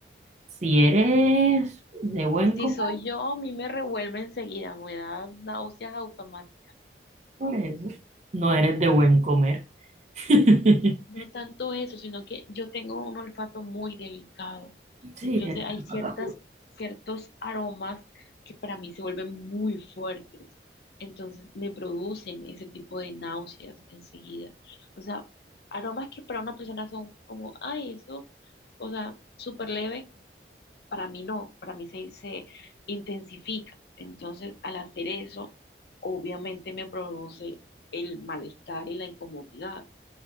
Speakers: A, on the right; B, on the left.
A: si eres de buen
B: Si
A: comer,
B: soy yo, a mí me revuelve enseguida, me da náuseas automáticas.
A: por eso, no eres de buen comer. <laughs>
B: No tanto eso, sino que yo tengo un olfato muy delicado.
A: Sí,
B: Entonces
A: el
B: hay
A: relámpago.
B: ciertas, ciertos aromas que para mí se vuelven muy fuertes. Entonces me producen ese tipo de náuseas enseguida. O sea, aromas que para una persona son como, ay, eso, o sea, súper leve, para mí no, para mí se, se intensifica. Entonces, al hacer eso, obviamente me produce el malestar y la incomodidad